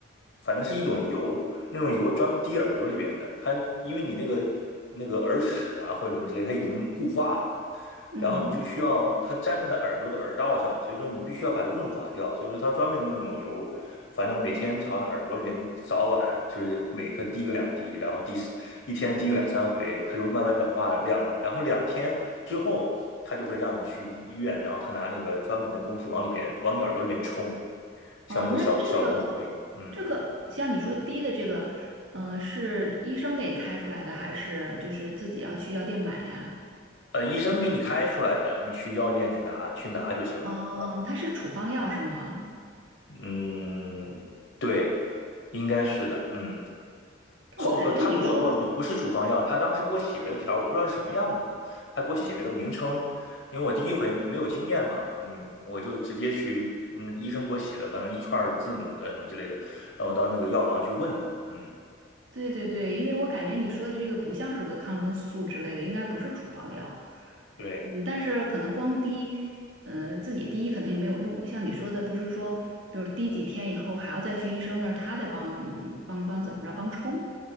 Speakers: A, on the left (about 70°); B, on the right (about 75°).
A: 反正是一种油，那种油专门滴耳朵里边的。它因为你那个那个耳屎啊或者什么之类，它已经固化了嘛，
B: 嗯，
A: 然后你就需要它粘着在耳朵的耳道上，所以说你必须要把它润滑掉。所以说它专门用那种油反正每天朝那耳朵里面，早晚就是每颗滴个两滴，然后滴一天滴个两三回，它就慢慢软化了。两然后两天之后，它就会让你去医院，然后他拿那个专门的东西往里边往你耳朵里面冲，
B: 哦，
A: 像那个小小龙头一样。
B: 那这个
A: 嗯，
B: 这个像你说滴的这个，呃，是医生给开出来的，还是就是自己要去药店买呀？
A: 呃，医生给你开出来的，你去药店去拿去拿就行了。
B: 哦，
A: 啊，
B: 它是处方药是吗？
A: 嗯，对，应该是的。嗯。
B: 但我感觉你说，
A: 哦不，他给我给我不是处方药，他当时给我写了个条我不知道是什么样子的，他给我写了个名称，
B: 嗯，
A: 因为我第一回没有经验嘛，嗯，我就直接去，嗯，医生给我写了，反正一串字母的什么之类的，然后到那个药房去问的，嗯
B: 对对对，因为我感觉你说的这个不像是个抗生素之类的，应该不是处方药。
A: 嗯，对。
B: 嗯，但是可能光滴，呃，自己滴可能也没有用。像你说的，不是说，比如滴几天以后还要再去医生那儿，他再帮帮帮怎么着帮冲。